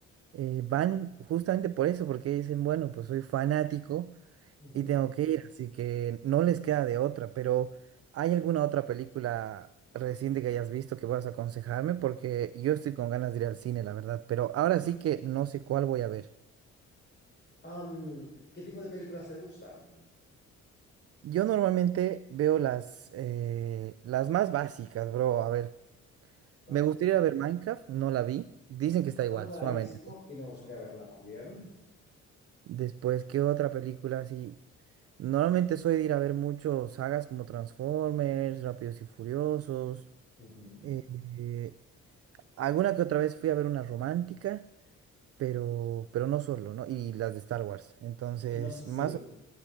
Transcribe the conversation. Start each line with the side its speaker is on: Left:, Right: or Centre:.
Right: eh, van justamente por eso, porque dicen, bueno, pues soy fanático.
Left: Ujú.
Right: y tengo que ir, así que no les queda de otra, pero ¿hay alguna otra película reciente que hayas visto que puedas aconsejarme? Porque yo estoy con ganas de ir al cine, la verdad, pero ahora sí que no sé cuál voy a ver.
Left: Am, ¿qué tipo de películas te gustan?
Right: Yo normalmente veo las, eh, las más básicas, bro. A ver,
Left: Vale,
Right: me gustaría ir a ver Minecraft, no la vi. Dicen que está igual,
Left: tampoco
Right: sumamente.
Left: la he visto y me gustaría verla también.
Right: Después, ¿qué otra película así? Normalmente soy de ir a ver muchos sagas como Transformers, Rápidos y Furiosos.
Left: Ujú.
Right: eh, Alguna que otra vez fui a ver una romántica, pero, pero no solo, ¿no? Y las de Star Wars. Entonces,
Left: No sé
Right: más
Left: si...
Right: o-